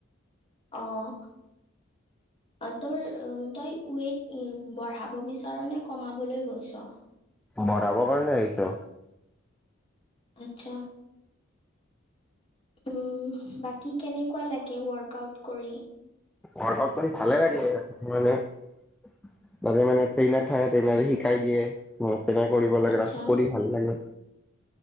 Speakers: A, on the left; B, in the centre.
A: আহ' অ' তোৰ তই ৱেইট বঢ়াব বিচাৰ নে কমাবলৈ গৈছ?
B: ভৰাবৰ কাৰণে আহিছে।
A: আচ্ছা। উম, বাকী কেনেকুৱা লাগে ৱৰ্কআউট কৰি?
B: ৱকআউট কৰি ভালে লাগে, মানে তাে মানে ট্ৰেইনাৰ থাকে ট্ৰেইনাৰে শিকাই দিয়ে। তেনেকে কৰিব লাগে,
A: আচ্ছা
B: ৰাস্ত কৰি ভাল লাগে।